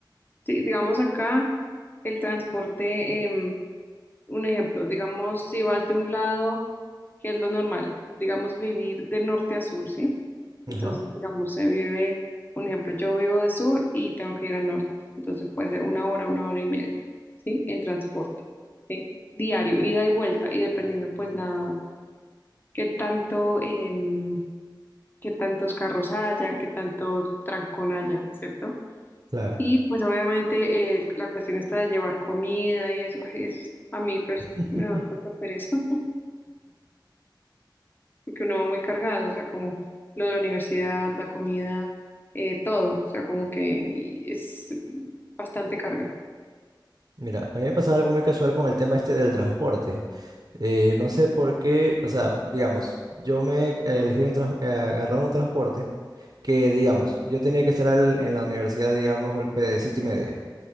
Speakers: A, on the left; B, on the right.
A: sí, digamos acá el transporte, em, un ejemplo, digamos, si vas de un lado, que es lo normal, digamos, vivir de norte a sur, ¿sí?
B: Ajá,
A: Entonces, digamos, se vive, un ejemplo, yo vivo de sur y tengo que ir al norte, entonces puede ser una hora, una hora y media, ¿sí? En transporte, ¿sí? Diario, ida y vuelta, y dependiendo pues la qué tanto, em, qué tantos carros haya, qué tanto trancón haya, ¿cierto?
B: claro.
A: Y pues obviamente eh, la cuestión está de llevar comida y eso, ay, eso es- a mí pues
B: <laughs>
A: me da tanta pereza, <laughs> porque uno va muy cargado, o sea, como lo de la universidad, la comida, eh, todo, o sea, como que es bastante carga.
B: Mira, a mí me pasaba algo muy casual con el tema este del transporte. Eh, no sé por qué, o sea, digamos, yo me elegí un trans- eh, agarraba un transporte que, digamos, yo tenía que estar al- en la universidad, digamos, golpe de siete y media.